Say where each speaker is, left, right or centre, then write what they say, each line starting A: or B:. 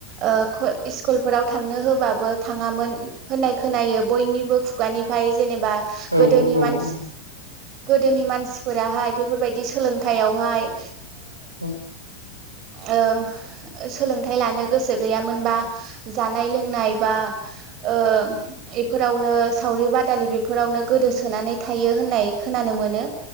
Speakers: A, on the right; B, on the right.
A: ओ ख-स्कुलफोराव थांनो होबा बो थाङामोन । होननाय खोनायो बयनिबो खुगानिफाय जेनेबा
B: औ
A: गोदोनि
B: औ
A: मानसि दोनि मानसिफोराहाय बेफोरबायदि सोलोंथाइयावहाय
B: औ
A: ओ सोलोंथाइ लानो गोसो गैयामोनबा जानाय लोंनाय बा ओ इफोरावनो सावरि बादालि बेफोरावनो गोदोसोनानै थायो होननाय खोनानो मोनो । ओ